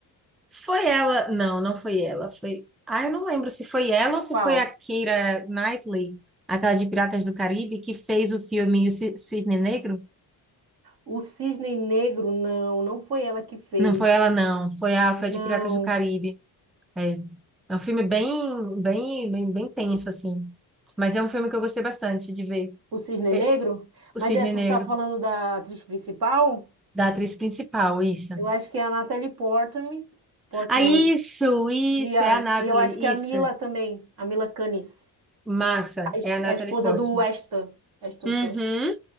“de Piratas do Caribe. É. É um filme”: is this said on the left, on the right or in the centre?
Centre